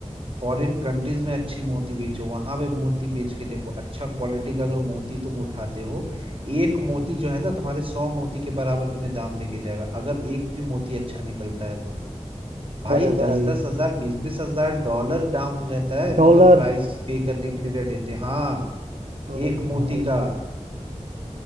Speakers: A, on the right; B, on the right.
A: फॉरेन कंट्रीज में अच्छी मोती बेचो वहां पे मोती बेच के देखो अच्छा क्वालिटी का अगर मोती तुम उठाते हो एक मोती जो है ना तुम्हारे सौ मोती के बराबर तुम्हें दाम देके जाएगा अगर एक भी मोती अच्छा निकलता है तो भाई
B: अरे भाई
A: दस दस हजार बीस बीस हजार डॉलर दाम रहता है मतलब
B: डॉलर
A: प्राइस पे करने के लिए रह देते हैं। हाँ
B: अरे
A: एक मोती
B: भाई
A: का